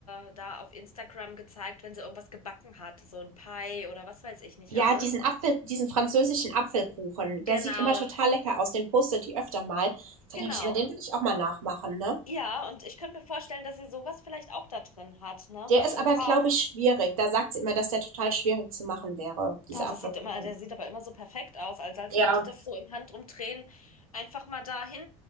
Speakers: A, on the left; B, on the right.
A: äh, da auf Instagram gezeigt, wenn sie irgendwas gebacken hat, so ein Pie oder was weiß ich nicht
B: Ja,
A: alles.
B: diesen Apfel diesen französischen Apfelkuchen,
A: Genau,
B: der sieht immer total lecker aus, den postet die öfter mal. Da
A: genau.
B: denke ich immer, den will ich auch mal nachmachen, ne?
A: Ja, und ich könnte mir vorstellen, dass sie sowas vielleicht auch da drin hat, ne?
B: Der ist
A: So
B: aber,
A: ein paar.
B: glaube ich, schwierig. Da sagt sie immer, dass der total schwierig zu machen wäre, dieser
A: Ja, das
B: Apfelkuchen.
A: sieht immer, der sieht aber immer so perfekt aus, als als
B: Ja.
A: würde die das so im Handumdrehen einfach mal dahin